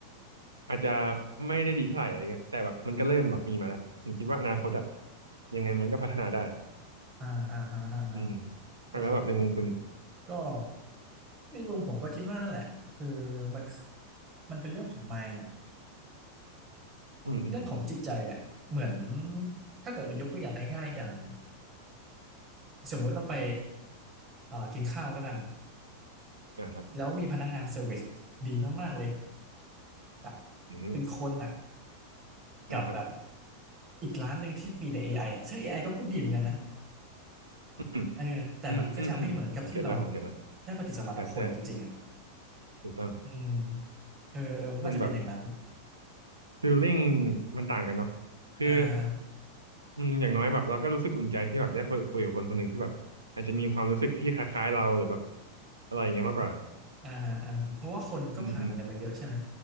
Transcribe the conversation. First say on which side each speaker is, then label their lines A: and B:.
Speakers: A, on the right (about 75°); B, on the right (about 30°).
A: อาจจะไม่ได้ดีเท่าไหร่อะไรเงี้ยแต่แบบมันก็เริ่มแบบมีมาแล้วผมคิดว่าอนาคตอะยังไงมันก็พัฒนาได้
B: อ่าอ่าฮะอ่าฮะ
A: อืม
B: โอเค
A: อ่ะแล้วแบบในมุมคุณ
B: ก็ในมุมผมก็คิดว่านั่นแหละ คือมันมันเป็นเรื่องของ mind แหละ
A: อืมอืมอืม
B: เรื่องของจิตใจแหละ เหมือนถ้าเกิดเรายกตัวอย่างง่ายๆอย่างสมมุติเราไปเอ่อกินข้าวแล้วกัน
A: นะครับ
B: แล้วมีพนักงานเซอร์วิสดีมากๆเลยแบบ
A: อืม
B: เป็นคนอ่ะ กับแบบ
A: อ่ะครับ
B: อีกร้านหนึ่งที่ปีแต่เอไออ่ะซึ่งเอไอก็พูดดีเหมือนกันนะ
A: อืม
B: เออแต่มันก็จะไม่เหมือนกับที่เรา
A: อืมอืมอืมผมเก็ตแล้วผมเก็ตแล้ว
B: ได้ปฏิสัมพันธ์กับคนจริงๆอ่ะ
A: อ่าใช่ถูกต้อง
B: อืมเออเออมันก็อาจจะเป็นอย่างนั้น
A: มันแบบฟิลลิ่งมันต่างกันเนาะคือ
B: อ่า
A: อืมอย่างน้อยแบบเราก็รู้สึกอุ่นใจที่แบบได้คุยคุยกับคนคนหนึ่งที่แบบอาจจะมีความรู้สึกที่คล้ายๆเราหรือแบบอะไรอย่างเงี้ยมากกว่า
B: อ่าฮะอ่าฮะเพราะว่าคนก็ผ่านอะไรมาเยอะใช่ไหม
A: อืมอืม